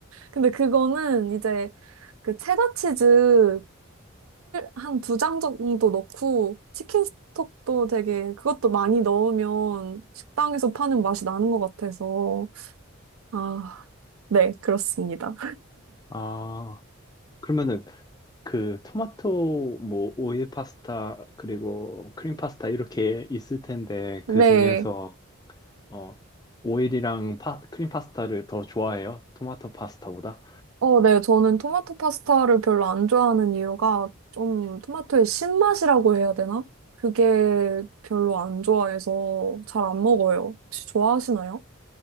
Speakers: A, on the right; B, on the left.
A: 근데 그거는 이제 그 체다 치즈를 한 두 장 정도 넣고 치킨 스톡도 되게 그것도 많이 넣으면 식당에서 파는 맛이 나는 것 같아서 아, 네, 그렇습니다.
B: 아, 그러면은 그 토마토 뭐 오일 파스타 그리고 크림 파스타 이렇게 있을 텐데
A: 네.
B: 그 중에서 어 오일이랑 파, 크림 파스타를 더 좋아해요? 토마토 파스타보다?
A: 어, 네. 저는 토마토 파스타를 별로 안 좋아하는 이유가 좀 토마토의 신맛이라고 해야 되나? 그게 별로 안 좋아해서 잘 안 먹어요. 혹시 좋아하시나요?